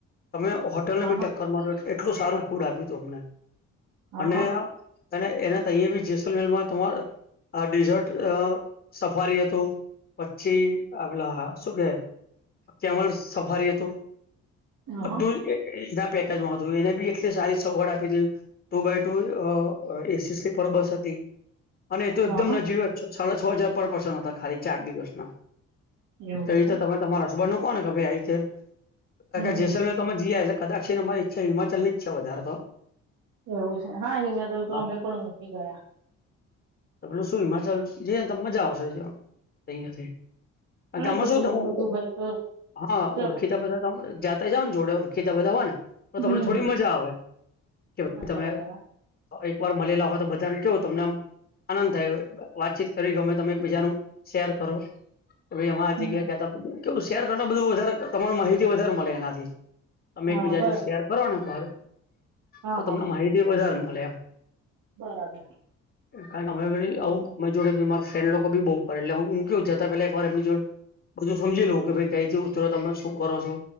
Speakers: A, on the left; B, on the right.
A: તમે હોટેલ ને
B: હા
A: બી
B: હા
A: ટક્કર માર્યો. એટલું સારું ફૂડ આપ્યું તું અમને
B: હા
A: અને.
B: હા
A: અને એને અહી બી જેસલમેલમાં તમાર ડેઝર્ટ સફારી હતું. પછી આપલા હા શું કે કેમળ સફારી હતું.
B: હા
A: બધું એના પેકેજમાં હતું એને બી એટલી સારી સગવડ આપી હતી. Two by two AC sleeper bus હતી. અને એ તો
B: હા
A: એકદમ
B: હા
A: નજીવ સાડા છ હજાર પર પર્સન હતા ખાલી ચાર દિવસના.
B: એવું
A: તોવી
B: છે
A: રીતે તમે તમારે હસબન મૂક ને કે ભાઈ આ રીતે
B: હમ હમ
A: જેસલ બલ. તમે જયા એટ કદાચી મારી ઈચછ હિચલ નીઈચ્છ વધારે તો.
B: એવું છે હા હિમાચલ તો
A: હા
B: અમે પણ નથી ગયા.
A: તો પેલો શું હિમાચલ જઈને તો મજા આવશે અહંયા થી.
B: હા
A: ગામમાં
B: એ તો
A: શું
B: ગ્રુપ
A: થયું
B: બધું હોય તો
A: હા
B: જવાય
A: ઓડખી. બધા તમે જાતા જાવ ને જોડે કેટતા બધા હોય ને. તો
B: હમ
A: તમને થોડી
B: હમ
A: મજા આવે કે ભ
B: મજા
A: તમે.
B: આવે હા
A: હ એક વાર મળેલા હોય તો બધાને કેવું તમને આમ. આનંદ થાય વાતચીત કરી ગમે તમે એક બીજાનું શેર કરો. ભાઈ એમાં આ
B: હમ.
A: જગ્યા ગયાતા કેવું શેર કર બધું વધારે તમાર માહિતી વધારે મળે એનાથી. તમે
B: હા
A: એક બીજા
B: બરાબર
A: જો શેર કરો ને ભાવ
B: હા
A: તો
B: હા
A: તમને માહિતી વધારે મળે એમ.
B: બરાબર.
A: કાય ખબર ફડી આવુ મે જોડે મા ફ્રેન લોકો બી બઉુ ફરેટલે હ હું કે. પલા એક વાર એમની જોડ બધું સમજી લઉ કે ભાઈ કઈથી ઉતરો તમે શું કરો છો.